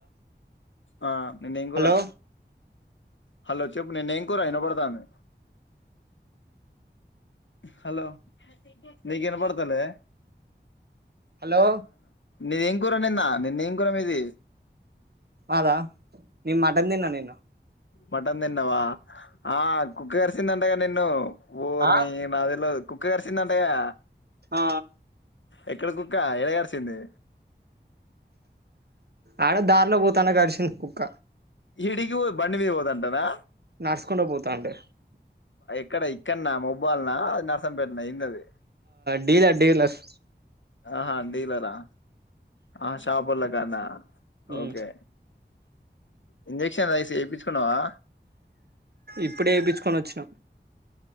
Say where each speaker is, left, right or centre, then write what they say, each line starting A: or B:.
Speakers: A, on the left; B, on the right.
A: ఆ నిన్న ఎంగూరా
B: హలో
A: హలో చెప్పు నేను ఏం కూ ర అయిన పడతాను హలో నీకేన్ పడుతలే
B: హలో
A: నేను ఏం కూూర నిన్న నిన్న ఏం కూరం ఇది
B: అదా ని మాటంద నే ననేను
A: మటన్ తెన్నవా ఆ కుక్క కర్సిందన్న అంతగా నేన్నను ఊరు
B: ఆ
A: న నాలా కుకు కరిసిందంటయా
B: ఆ
A: ఎక్కడి కుక్క ఎడగరిసింది
B: ఆడ దారిలో పోతాను కరిసింది కుక్క
A: హిడిగి బండివి హోదంటానా
B: నడుచకుండా పోతాంటే
A: ఇక్కడ ఇక్కన్నా మొబైల్ నా పెట్న ఇన్నది
B: ఢీలా డీలాస్
A: ఆహా డీలరా ఆ ాబలగాదా
B: ఉమ్
A: ఓకే ఇంజెక్షన్సి చేయించుకున్నావా
B: ఇప్పుడే ఏపిచ్చుకొని వచ్చినాం